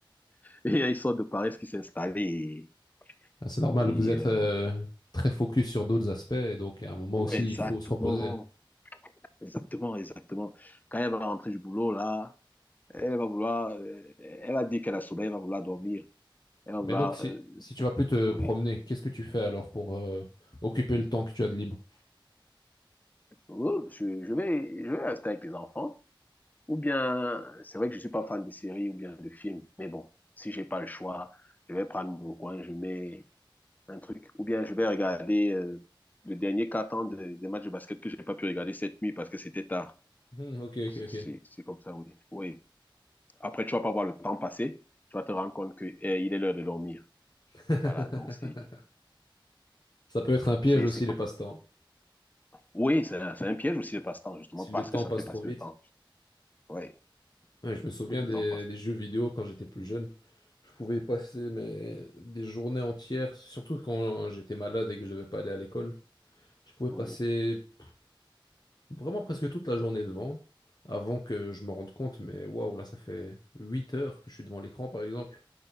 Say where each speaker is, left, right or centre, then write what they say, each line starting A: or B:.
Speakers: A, on the left (about 20°); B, on the left (about 50°).
A: <laughs> Et il y a une sorte de paresse qui s'est installée. Et,
B: Ah, C'est normal,
A: et,
B: vous êtes
A: euh,
B: euh, très focus sur d'autres aspects, et donc à un moment
A: oh,
B: aussi,
A: exactement,
B: il faut se reposer.
A: exactement, exactement. Quand elle va rentrer du boulot, là, elle va vouloir, euh, elle a dit qu'elle a sommeil, elle va vouloir dormir. Elle va
B: Mais
A: vouloir,
B: donc, si,
A: euh,
B: si tu vas plus te
A: oui.
B: promener, qu'est-ce que tu fais alors pour euh, occuper le temps que tu as de libre?
A: Oh, je, je vais, je vais rester avec les enfants. Ou bien, c'est vrai que je suis pas fan de séries ou bien de films, mais bon, si j'ai pas le choix, je vais prendre mon coin, je mets un truc. Ou bien, je vais regarder euh, le dernier quart temps de- des matchs de basket que j'ai pas pu regarder cette nuit parce que c'était tard.
B: Hmm, ok, ok,
A: Ça,
B: ok.
A: C'est c'est comme ça, oui. Oui. Après, tu vas pas voir le temps passer. Tu vas te rendre compte que, eh, il est l'heure de dormir.
B: <laughs>
A: Voilà, donc c'est...
B: Ça peut être un piège
A: c'est
B: aussi,
A: c'est co-
B: les passe-temps.
A: Oui, c'est un, c'est un piège aussi le passe-temps, justement,
B: Si
A: parce
B: le temps
A: que ça
B: passe
A: fait passer
B: trop vite.
A: le temps. Oui,
B: Ouais, je me souviens
A: le
B: des,
A: temps passe.
B: des jeux vidéo quand j'étais plus jeune. Je pouvais passer mais, des journées entières, surtout quand j'étais malade et que je devais pas aller à l'école. Je pouvais
A: Oui.
B: passer p- vraiment presque toute la journée devant, avant que je me rende compte. Mais waouh, là, ça fait 8 heures que je suis devant l'écran, par exemple.